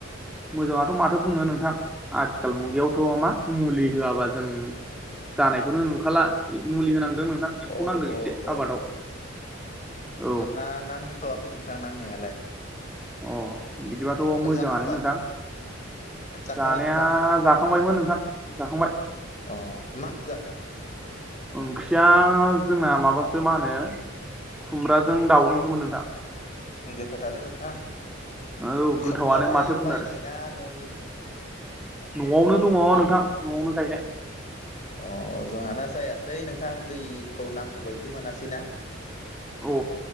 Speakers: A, in the centre; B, on the left (about 40°).
A: मोजाङाथ' माथो बुंनो नोंथां आथिखाल मुगायावथ' मा मुलि होआबा जों जानायखौनो नुखाला मुलि होनांदों नोंथां। एम्फौ
B: अ
A: नांदों
B: अ
A: एसे
B: अ
A: आबादाव औ
B: ओ नां थ'वाखै नोंथां नांनायालाय
A: अ बिदिबाथ' मोजाङानो
B: जाखांबाय
A: नोंथां
B: जाखांबाय
A: जानाया
B: नोंथां
A: जा खांबायमोन नोंथां जाखांबाय
B: अ मा ओंख्रि जाखो?
A: ओंख्रिया जोंना माबासो मा होनो खुमब्राजों दाउजोंसो मोन नोंथां।
B: गोथावथारलै नोंथां।
A: औ गोथावआनो
B: खुमब्रायालाय
A: माथो बुंनो
B: बायनाय
A: आरो
B: ना न'नि?
A: न'आवनो दङ नोंथां न'आवनो गायनाय।
B: अ जोहाना जायासै नोंथां दैखौ नांगौ बायदि मोनासैना
A: अ